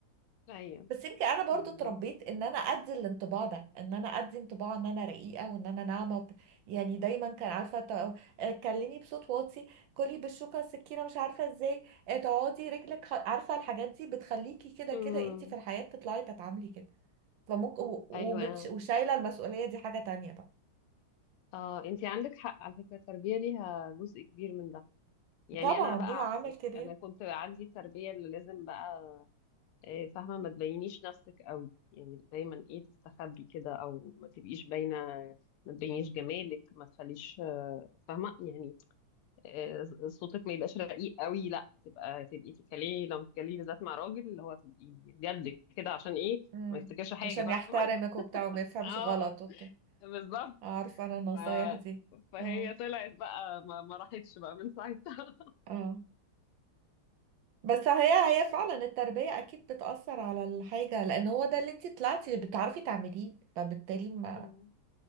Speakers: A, on the left; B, on the right.
A: ايوه
B: بس يمكن انا برضو
A: بالظبط
B: اتربيت ان انا ادي الانطباع ده ان انا ادي انطباع ان انا رقيقه وان انا ناعمه وبت- يعني دايما كان عارفه ت- آه، كلمي بصوت واطي كلي بالشوكه السكينه مش عارفه ازاي آه، تقعدي رجلك ح- عارفه الحاجات دي بتخليكي كده
A: امم
B: كده انت في الحياه تطلعي تتعاملي كده فممكن و- ومتش...
A: ايوه
B: وشايله المسؤوليه دي حاجه تانية بقى
A: اه انتي عندك حق على فكره التربيه ليها جزء كبير من ده يعني
B: طبعا
A: انا بقى
B: ليها عامل
A: عكسك
B: كبير
A: انا كنت عندي التربيه اللي لازم بقى آه، فاهمه ما تبينيش نفسك قوي يعني دايما ايه تستخبي كده او ما تبقيش باينه ما تبينيش جمالك ما تخليش آه، فاهمه يعني آه، صوتك ما يبقاش رقيق قوي لا تبقى تبقي تتكلمي لو بتتكلمي بالذات مع راجل اللي هو تبقي جد كده عشان ايه
B: امم
A: ما يفتكرش حاجه
B: عشان
A: فاهمه
B: يحترمك وبتاع وما
A: <laughs>
B: يفهمش
A: اه
B: غلط وبتاع
A: بالظبط
B: عارفه انا النصايح
A: ف...
B: دي
A: فهي
B: اه
A: طلعت بقى ما, ما راحتش بقى من ساعتها
B: اه بس هي
A: <laughs>
B: هي فعلا التربية أكيد بتأثر على الحاجة لأن هو ده اللي انتي طلعتي بتعرفي تعمليه فبالتالي ما
A: مم.